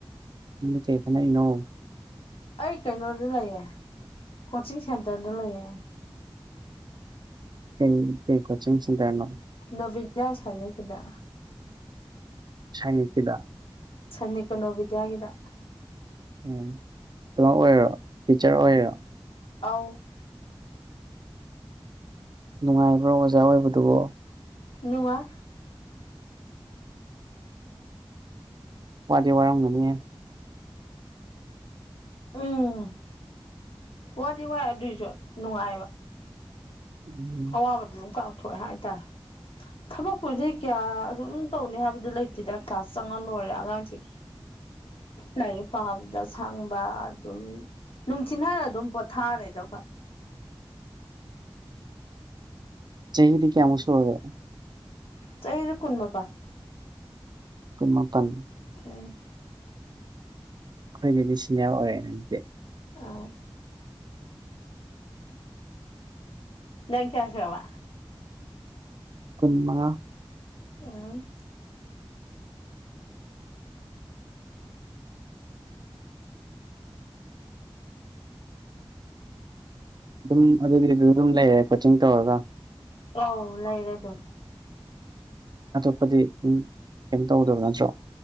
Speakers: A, on the right (about 50°); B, on the left (about 75°).
A: ꯅ ꯆꯦ ꯐꯅꯩꯅꯣ
B: ꯑꯩ ꯀꯩꯅꯣꯗ ꯂꯩꯌꯦ ꯀꯣꯆꯤꯡ ꯁꯦꯟꯇꯔꯗ ꯂꯩꯑ
A: ꯄ ꯀ ꯀꯣꯆꯤꯡ ꯁꯤꯟ ꯇꯔꯅꯣ
B: ꯅꯕꯤꯖ ꯑꯁꯅꯤ ꯀꯗ
A: ꯁꯥꯏꯅꯤ ꯄꯗ
B: ꯆꯅꯤ ꯀꯣꯟꯅꯣꯕꯗꯒꯤꯗ
A: ꯎꯝ ꯑꯗꯨꯃꯣ ꯑꯣꯏꯔꯣ ꯇꯤꯆꯔ ꯑꯣꯏꯔꯣ
B: ꯑ
A: ꯅꯨꯡꯉꯥꯏꯕ꯭ꯔꯥ ꯑꯣꯖꯥ ꯑꯣꯏꯕꯗꯨꯕꯣ
B: ꯅꯨ
A: ꯋꯥꯋꯥꯇꯦ ꯋꯥꯔꯝꯒꯅꯤ
B: ꯎꯝ ꯋꯥꯗꯤ ꯋꯥꯏ ꯑꯗꯨꯏꯁꯨ ꯅꯨꯡꯉꯥꯏꯕ
A: ꯎꯝ
B: ꯑꯕꯗ ꯑꯗꯨꯝ ꯀꯥꯎꯊꯣꯛꯑꯦ ꯍꯥꯏꯇꯥꯔꯦ ꯊꯕꯛꯄꯨꯗꯤ ꯀꯌꯥ ꯑꯗꯨꯝ ꯇꯧꯅꯤ ꯍꯥꯏꯕꯗꯨ ꯂꯩꯇꯦꯗ ꯀ꯭ꯂꯥꯁ ꯆꯪꯉꯟ ꯂꯣꯏꯔꯦ ꯑꯉꯥꯡꯁꯦ ꯂꯥꯏꯔꯤꯛ ꯄꯥꯕꯗ ꯁꯪꯕ ꯑꯗꯨꯝ ꯅꯨꯡꯊꯤꯤꯟꯅꯔ ꯑꯗꯨꯝ ꯄꯣꯊꯥꯔꯦꯗ
A: ꯆꯍꯤꯍꯤꯗꯤ ꯀꯌꯥ ꯑꯃꯁꯨꯛꯁꯨ ꯑꯣꯏꯦ
B: ꯆꯩꯔ ꯀꯨꯟꯃꯄꯥ
A: ꯀꯨꯟꯃꯥꯄꯟ
B: ꯎꯝ
A: ꯑꯩꯈꯣꯏ ꯅꯨ ꯃꯤ ꯁꯤꯅꯦ ꯑꯣꯏꯔꯦꯗꯤ
B: ꯑꯥꯎ ꯅꯪ ꯀꯌꯥꯁꯦꯕ
A: ꯀꯟꯃꯉ
B: ꯎ
A: ꯑꯗꯨꯝ ꯑꯗꯨꯗꯤ ꯑꯗꯨ ꯑꯗꯨꯝ ꯂꯩꯔꯦ ꯀꯣꯆꯤꯡ ꯇꯧꯔꯒ
B: ꯑꯧ ꯂꯩꯔꯦ ꯑꯗꯨ
A: ꯑꯇꯣꯞꯄꯗꯤ ꯀꯩꯝ ꯇꯧꯗꯕ ꯅꯠꯇ꯭ꯔꯣ